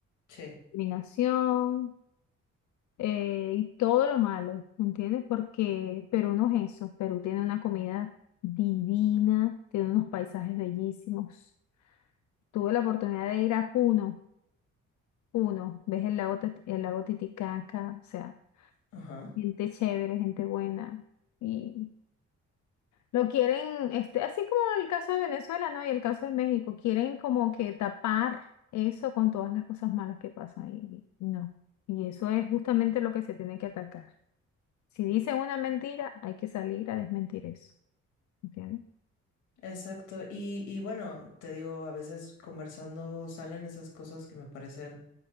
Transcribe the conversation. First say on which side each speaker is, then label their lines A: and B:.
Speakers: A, on the left; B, on the left.
A: Sí.
B: discriminación. eh, y todo lo malo, ¿entiendes? Porque Perú no es eso, Perú tiene una comida divina, tiene unos paisajes bellísimos. Tuve la oportunidad de ir a Puno, Puno, ves el lago, Tit- el lago Titicaca, o sea,
A: Ajá.
B: gente chévere, gente buena. Y lo quieren, este, así como el caso de Venezuela, ¿no? Y el caso de México, quieren como que tapar eso con todas las cosas malas que pasan. Y, y no. Y eso es justamente lo que se tiene que atacar. Si dicen una mentira, hay que salir a desmentir eso. ¿Entiendes?
A: Exacto. Y, y bueno, te digo, a veces conversando salen esas cosas que me parecen